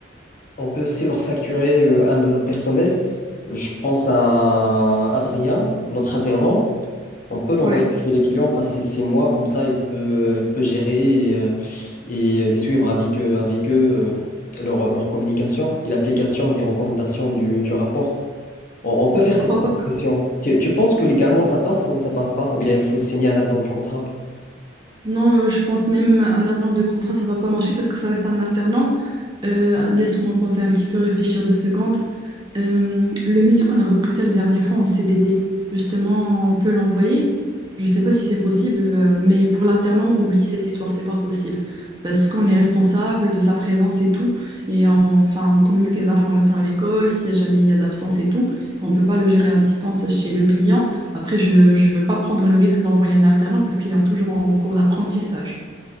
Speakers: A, on the left; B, on the right.
A: On peut aussi leur facturer euh, un de nos personnels. Je pense à Adrien, notre alternant. On peut l'envoyer
B: Ouais,
A: chez les clients, passer six mois, comme ça il peut, il peut gérer et, euh, et- euh, et suivre avec, eux- avec eux euh, leur, leur communication et l'application des recommandations du, du rapport. On, on peut faire
B: je crois
A: cette proposition.
B: pas.
A: Tu, tu penses que légalement ça passe ou ça passe pas? Ou bien il faut signer un avenant du contrat?
B: Non, euh, je pense même un avenant de contrat, ça va pas marcher parce que ça reste un alternant. Euh, laisse-moi penser un petit peu, réfléchir deux secondes. Euh, le monsieur qu'on a recruté la dernière fois en CDD, justement, on peut l'envoyer. Je sais pas si c'est possible, euh, mais pour l'alternant, oublie cette histoire, c'est pas possible. Parce qu'on est responsable de sa présence et tout. Et on- enfin, on communique les informations à l'école, s'il y a jamais il y a d'absence et tout. On peut pas le gérer à distance chez le client. Après, je ne veux pas prendre le risque d'envoyer un alternant parce qu'il est en- toujours en cours d'apprentissage.